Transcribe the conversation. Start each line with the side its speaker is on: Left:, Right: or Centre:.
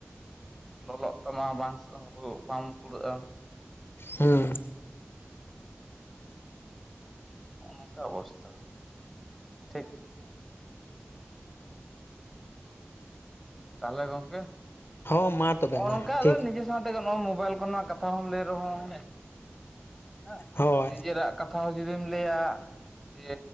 Centre: ᱞᱚᱞᱚᱜ ᱛᱟᱢᱟ ᱵᱟᱝ ᱥᱮ ᱵᱟᱢ ᱠᱩᱲᱟᱹᱜᱼᱟ
Left: ᱦᱮᱸ
Centre: ᱱᱚᱜ-ᱚ ᱱᱚᱝᱠᱟ ᱚᱵᱚᱥᱛᱷᱟ ᱴᱷᱤᱠ ᱚᱱᱠᱟ ᱛᱟᱦᱚᱞᱮ ᱜᱚᱝᱠᱮ
Left: ᱦᱚᱸ ᱢᱟ ᱛᱚᱵᱮ
Centre: ᱱᱚᱜ-ᱚ
Left: ᱢᱟ
Centre: ᱱᱚᱝᱠᱟ ᱟᱫᱚ
Left: ᱴᱷᱤᱠ
Centre: ᱱᱤᱡᱮ ᱥᱟᱸᱶᱛᱮᱜᱮ ᱱᱚᱣᱟᱜ ᱢᱳᱵᱟᱭᱤᱞ ᱠᱚᱨᱮᱱᱟᱜ ᱠᱟᱛᱷᱟ ᱦᱚᱸᱢ ᱞᱟᱹᱭ ᱨᱮᱦᱚᱸ ᱦᱮᱸ
Left: ᱦᱳᱭ
Centre: ᱱᱤᱡᱮᱨᱟᱜ ᱠᱟᱛᱷᱟ ᱦᱚᱸ ᱡᱩᱫᱤᱢ ᱞᱟᱹᱭᱟ ᱡᱮ